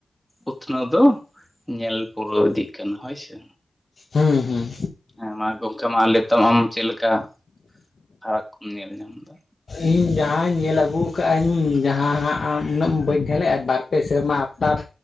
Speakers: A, in the centre; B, on the left (about 65°).
A: ᱩᱛᱱᱟᱹᱣ ᱫᱚ ᱧᱮᱞ ᱯᱩᱨᱟᱹᱣ ᱤᱫᱤᱜ ᱠᱟᱱᱟ ᱦᱳᱭᱥᱮ
B: ᱦᱮᱸ ᱦᱮᱸ
A: ᱦᱮᱸ ᱢᱟ ᱜᱚᱢᱠᱮ ᱢᱟ ᱞᱮ ᱛᱟᱢ ᱪᱮᱫ ᱞᱮᱠᱟ ᱯᱷᱟᱨᱟᱠ ᱠᱚᱢ ᱧᱮᱞ ᱧᱟᱢ ᱮᱫᱟ
B: ᱤᱧ ᱡᱟᱦᱟᱸᱧ ᱧᱮᱞ ᱟᱹᱜᱩ ᱟᱠᱟᱫᱟᱹᱧ ᱡᱟᱦᱟᱸ ᱦᱟᱸᱜ ᱟᱢ ᱩᱱᱟᱹᱜ ᱢᱟ ᱵᱟᱹᱧ ᱛᱟᱦᱮᱸ ᱞᱮᱫᱼᱟ ᱵᱟᱨᱯᱮ ᱥᱮᱨᱢᱟ ᱟᱯᱱᱟᱨ